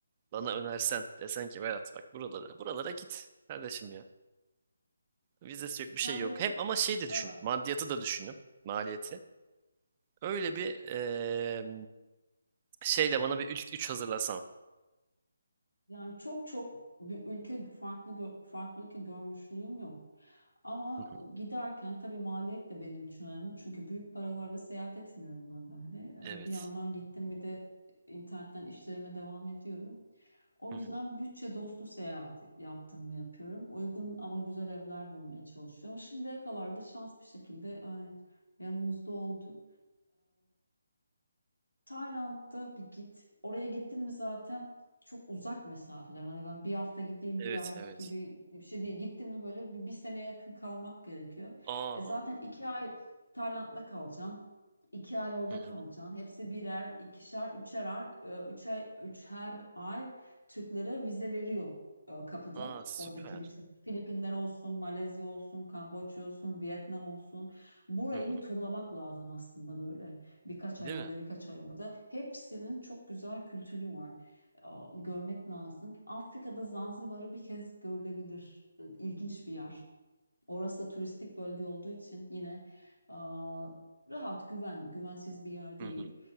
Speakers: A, on the right; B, on the left.
A: bana önersen desen ki Berat bak buralara buralara git kardeşim ya. Vizesi yok bir
B: Yani
A: şey yok.
B: böyle
A: Hem ama şey de
B: Evet.
A: düşünüp maddiyatı da düşünüp maliyeti. Öyle bir e, şeyle bana bir ilk üç hazırlasan.
B: yani çok çok bir ülke farklı gö- farklı ülke görmüşlüğüm yok. Ama
A: Hı hı,
B: e, giderken tabii maliyet de benim için önemli. Çünkü büyük paralarla seyahat etmiyorum ben de hani.
A: Evet.
B: E, Bir yandan gittim bir de internetten işlerime devam ediyorum. O
A: Hı
B: yüzden
A: hı,
B: bütçe dostu seyahat yaptım mı yapıyorum. Uygun ama güzel evler bulmaya çalışıyorum. Şimdiye kadar da şans bir şekilde hani yanımızda oldu. Tayland'da bir git. Oraya gittin mi zaten çok uzak mesafeler. Hani ben bir hafta gideyim
A: Evet
B: bir ay
A: evet.
B: gibi bir şey değil. Gittin mi böyle bir, bir seneye yakın kalmak gerekiyor.
A: Aa.
B: E zaten iki ay Tayland'da kalacaksın. İki ay orada
A: Hı hı.
B: kalacaksın. Hepsi birer, ikişer, üçer, ay- e, üçer, üçer ay Türklere vize veriyor e, kapıda.
A: Aa süper.
B: Oradaki birçok Filipinler olsun, Malezya olsun, Kamboçya olsun, Vietnam olsun. Burayı
A: Hı hı.
B: bir turlamak lazım aslında böyle. Birkaç
A: Değil
B: ay orada,
A: mi?
B: birkaç ay burada. Hepsinin çok güzel kültürü var. Aa, Görmek lazım. Afrika'da Zanzibar'ı bir kez görülebilir. İlginç bir yer. Orası da turistik bölge olduğu için yine aa, rahat, güvenli, güvensiz bir yer değil.
A: Hı hı.